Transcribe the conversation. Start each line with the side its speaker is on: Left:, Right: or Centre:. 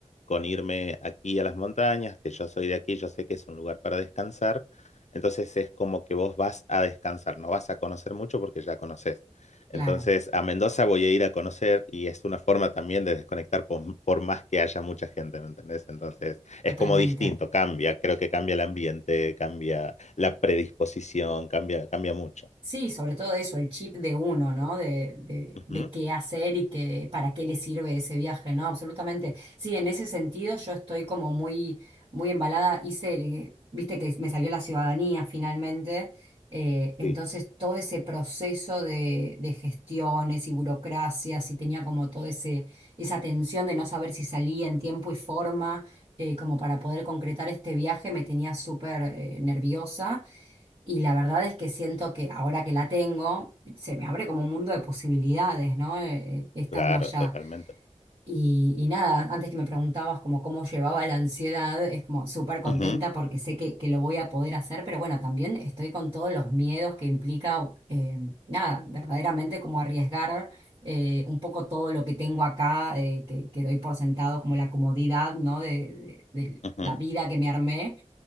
Left: con irme aquí a las montañas, que yo soy de aquí, yo sé que es un lugar para descansar, entonces es como que vos vas a descansar, no vas a conocer mucho porque ya conoces. Entonces
Right: Claro,
Left: a Mendoza voy a ir a conocer y es una forma también de desconectar por, por más que haya mucha gente, ¿me entendés? Entonces
Right: totalmente.
Left: es como distinto, cambia, creo que cambia el ambiente, cambia la predisposición, cambia, cambia mucho.
Right: Sí, sobre todo eso, el chip de uno, ¿no? De, de,
Left: Ujú,
Right: de qué hacer y qué, para qué le sirve ese viaje, ¿no? Absolutamente. Sí, en ese sentido yo estoy como muy, muy embalada. Hice, eh, viste que me salió la ciudadanía finalmente. eh, entonces
Left: Sí,
Right: todo ese proceso de, de gestiones y burocracias y tenía como todo ese, esa tensión de no saber si salía en tiempo y forma, eh, como para poder concretar este viaje, me tenía súper, eh, nerviosa. Y la verdad es que siento que ahora que la tengo, se me abre como un mundo de posibilidades, ¿no? Eh, eh, estando
Left: claro,
Right: allá.
Left: totalmente.
Right: Y, y nada, antes que me preguntabas como cómo llevaba la ansiedad, es como súper contenta
Left: Ujú,
Right: porque sé que, que lo voy a poder hacer, pero bueno, también estoy con todos los miedos que implica, eh, nada, verdaderamente como arriesgar eh, un poco todo lo que tengo acá, eh, que, que doy por sentado, como la comodidad, ¿no? de, de de
Left: ujú.
Right: la vida que me armé